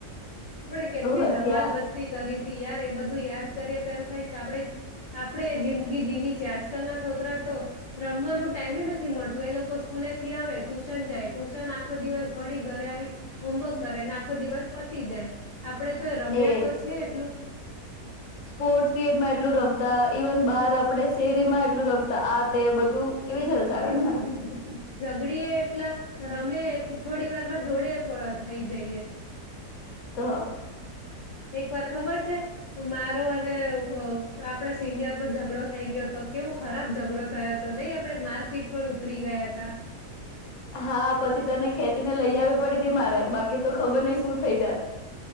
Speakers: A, on the left; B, on the left.
A: આપડે કેટલી
B: હસ્યા
A: ધમાલ મસ્તી કરીતી યાર એ બધું યાદ કરીએ તો એમ થાયક આપડે આપડે જિંદગી જીવી છીએ આજકાલ ના છોકરા તો રમવાનું ટાઈમે નથી મળતું એ લોકો સ્કૂલેથી આવે ટુશન જાય ટુશન આખો દિવસ ભણીન ઘરે આવી હોમવર્ક કરેને આખો દિવસ પતી જાય આપડે તો રમ્યા
B: એજ
A: તો છે એટલું
B: સ્પોર્ટ્સ પીરિયડમાં એટલું રમતા ઈવન બહાર આપડે શેરીમાં એટલું રમતા આ તે બધું કેવી જલસા
A: એજ
B: કરતા
A: ન જગડીએ એટલા રમે એટલ થોડી વાર માં જોડે પણ થઈ જઈએ
B: તો
A: એક વાર ખબર છે મારો અને અ આપડા સિનિયર નો જઘડો થઈ ગયોતો કેવો ખરાબ જઘડો થયો હતો નહી આપડે મારપીટ પર ઉતરી ગયા હતા
B: હા પછી તને ખેંચીને લઈ આવીવી પડીતી મારે બા કી તો ખબર નઇ શું થઈ જાત.